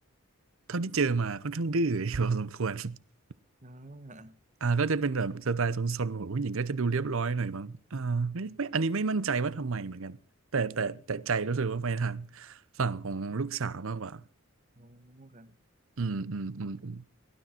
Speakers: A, on the right; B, on the right.
A: เท่าที่เจอมาค่อนข้างดื้อพอสมควร <laughs>
B: อ๋อ
A: อ่าก็จะเป็นแบบสไตล์ซนๆของผู้หญิงก็จะดูเรียบร้อยหน่อยมั้งอ่าไม่ไม่อันนี้ไม่มั่นใจว่าทำไมเหมือนกันแต่แต่แต่ใจรู้สึกว่าไปทางฝั่งของลูกสาวมากกว่า
B: อ๋อครับ
A: อืมอืมอืมอืม